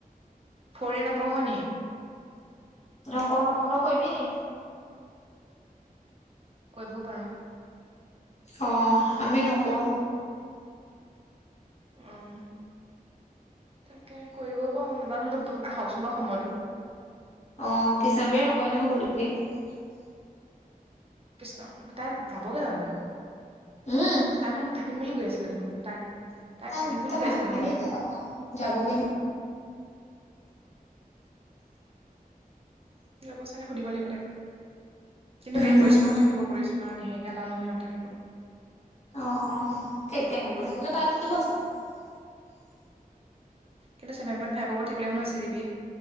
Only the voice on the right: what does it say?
ভৰিৰে নপঢ় নি।
কৰিবও পাৰোঁ।
উম। তাকে কৰিবও পাৰো। নাইবা নহয়তো আহকচোন বাৰু সময়টো।
কৃষ্ণ, তাই যাবগে জানো
তাই দেখুন থাকিম বুলি কৈ আছিল। দেখোন তাই <unintelligible>
থাকিম বুলি
কৈ
আছিলে দেখোন
যাব চাগে সুধিব লাগিব তাইক। কিন্তু
সেই কৰিশ্মাহাত থাকিব। কৰিশ্মা নীহাৰিকা লালুং সিহঁত থাকিব।
কিন্তু ছেভেন পইণ্ট ফাইভৰ ও থাকিব লাগিব নহয়। C 'G